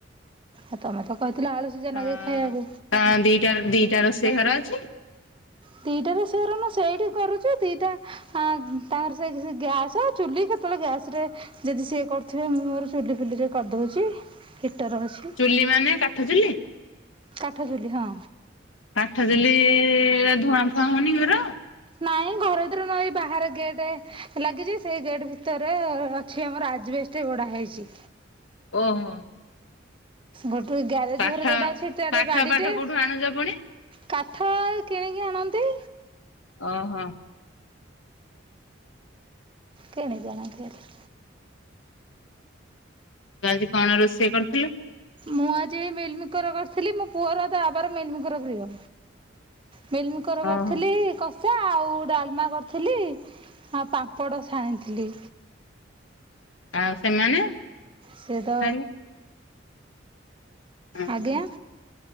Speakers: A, on the right (about 25°); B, on the left (about 80°).
A: ଆ ତମେ ତ କହିଥିଲେ ଆଳୁ ସିଝା
B: ହଁ,
A: ନଗେଇ ଖାଇବାକୁ
B: ତମ ଦିଟା ର, ଦିଟା ରୋଷେଇ ଘର ଅଛି?
A: ଦିଟା ର ରୋଷେଇ ଘର ନୁଅ, ସେଇଠି କରୁଚୁ, ଦିଟା ହଁ, ତାଙ୍କର ସେଇ ଗ୍ୟାସ୍ ଚୁଲି, କେତେବେଳେ ଗ୍ୟାସ୍ ରେ ଯଦି ସିଏ କରୁଥିବେ, ମୁଁ ମୋର ଚୁଲି ଫୁଲି ରେ କରିଦଉଚି, ହିଟର ଅଛି।
B: ଚୁଲି ମାନେ କାଠ ଚୁଲି?
A: କାଠ ଚୁଲି ହଁ
B: କାଠ ଚୂଲି ରେ ଧୂଆଁ ଫୁଆଁ ହଉନି ଘର?
A: ନାଇଁ ଘର ଭିତରେ ନୁଅ ଏଇ ବାହାରେ ଗେଟ୍ ଲାଗିଚି, ସେଇ ଗେଟ୍ ଭିତରେ ଅଛି ଆମର ଆଜ୍ ବେଷ୍ଟ ଟେ ଗଡା ହେଇଛି।
B: ଓ ହୋ।
A: ଗୋଟେ ଗ୍ୟାରେଜ
B: କାଠ
A: ଘରେ ଯୋଉଟା ଅଛି ଇଟା
B: କାଠ
A: ଗାଡିଟେ
B: ପାଠ କୋଉଠୁ ଆଣୁଛ ପୁଣି?
A: କାଠ ଏଇ କିଣିକି ଆଣନ୍ତି।
B: ଓହୋ।
A: କିଣି କି ଆଣନ୍ତି ଆଉ।
B: ତୁ ଆଜି କଣ ରୋଷେଇ କରିୁଥିଲେ?
A: ମୁଁ ଆଜି ମିଲମିକର କରିଥିଲି ମୋ ପୁଅର ତା ବାବାର ମିଲମିକର ପ୍ରିୟ। ମିଲମିକର
B: ଓହୋ
A: କରିଥିଲି‌। <inaudible> ସେ ଆଉ ଡାଲମା କରିଥିଲି ଆଉ ପାମ୍ପଡ଼ ଛାଣିଥିଲି।
B: ଆଉ ସେମାନେ?
A: ସେ ତ
B: ଖାଇଲେ? ଉହୁଁ
A: ଆଜ୍ଞା
B: ମୁଁ